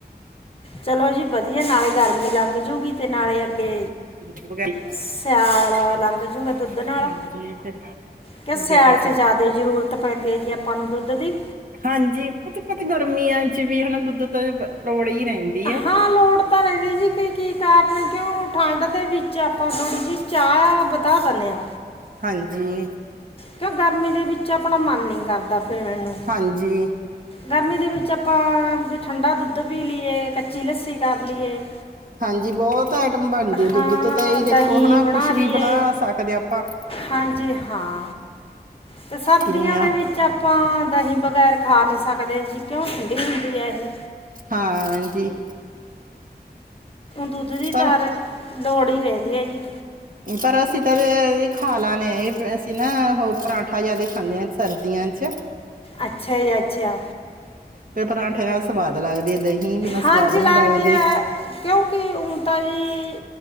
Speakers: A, on the left; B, on the right.
A: ਚਲੋ ਜੀ ਵਧੀਆ ਨਾਲੇ ਗਰਮੀ ਲੱਗ ਜੂਗੀ ਤੇ ਨਾਲੇ ਅੱਗੇ
B: <unintelligible>
A: ਸਿਆਲ ਲੰਘ ਜੂਗਾ ਦੁੱਧ ਨਾਲ ਕਿ ਸਿਆਲ'ਚ
B: ਬੇਟਾ ਸਾਂ
A: ਜ਼ਿਆਦੇ ਜ਼ਰੂਰਤ ਪੈਂਦੀ ਹੈ ਜੀ ਆਪਾਂ ਨੂੰ ਦੁੱਧ ਦੀ।
B: ਹਾਂਜੀ ਪਤਾ ਪਤਾ ਗਰਮੀਆਂ ਚ ਵੀ ਹਨਾ ਦੁੱਧ ਤਾਂ ਲੋੜ ਹੀ ਰਹਿੰਦੀ ਹੈ
A: ਹਾਂ ਲੋੜ ਤਾਂ ਰਹਿੰਦੀ ਜੀ। ਕੀ ਕੀ ਕਾਰਨ ਕਿਉਂ ਠੰਡ ਦੇ ਵਿੱਚ ਆਪਾਂ ਥੋੜ੍ਹੀ ਜਿਹੀ ਚਾਹ ਵਧਾ ਦਿੰਨੇ ਆ।
B: ਹਾਂਜੀ।
A: ਕਿਉਂ ਗਰਮੀ ਦੇ ਵਿੱਚ ਆਪਣਾ ਮਨ ਨੀ ਕਰਦਾ ਪੀਣੇ ਨੂੰ।
B: ਹਾਂਜੀ
A: ਗਰਮੀ ਦੇ ਵਿੱਚ ਆਪਾਂ ਵੀ ਠੰਡਾ ਦੁੱਧ ਪੀ ਲਈਏ, ਕੱਚੀ ਲੱਸੀ ਕਰ ਲਈਏ
B: ਹਾਂਜੀ ਬਹੁਤ ਆਈਟਮ ਬਣਦੀ ਹੈ ਦੁੱਧ
A: ਹਾਂ
B: ਤੋਂ ਤਾਂ, ਇਹੀ
A: ਦਹੀਂ
B: ਦੇਖੋ ਹੈਨਾ
A: ਬਣਾ
B: ਕੁਛ ਵੀ
A: ਲਈਏ
B: ਬਣਾ ਸਕਦੇ ਹਾਂ ਆਪਾਂ।
A: ਹਾਂਜੀ ਹਾਂ। ਤੇ ਸਰਦੀਆਂ
B: ਕਿੰਨੀਆਂ
A: ਦੇ ਵਿੱਚ ਆਪਾਂ ਦਹੀਂ ਬਗੈਰ ਖਾ ਨਹੀਂ ਸਕਦੇ ਜੀ। ਕਿਉਂ ਠੰਡੀ ਹੁੰਦੀ ਹੈ ਏਹ।
B: ਹਾਂ ਜੀ।
A: ਦੁੱਧ ਦੀ
B: ਪਰ
A: ਤਾ ਹਰ, ਲੋੜ ਹੀ ਰਹਿੰਦੀ ਹੈ ਜੀ।
B: ਪਰ ਅਸੀਂ ਤਾਂ ਵੇ ਏਹੀ ਖਾ ਲਾਦੇ ਹਾਂ। ਇਹ ਅਸੀਂ ਨਾ ਉਹ ਪਰਾਂਠਾ ਜਿਆਦਾ ਖਾਂਦੇ ਹਾਂ ਸਰਦੀਆਂ ਚ।
A: ਅੱਛਾ ਜੀ ਅੱਛਾ।
B: ਫਿਰ ਪਰਾਂਠੇ ਨਾਲ ਸਵਾਦ ਲੱਗਦੀਆ ਦਹੀਂ, ਬਿਨਾਂ
A: ਹਾਂਜੀ
B: ਸਵਾਦ ਨਹੀਂ ਲੱਗਦੀ।
A: ਹੈ ਕਿਉਂਕਿ ਉਣ ਤਾਂ ਜੀ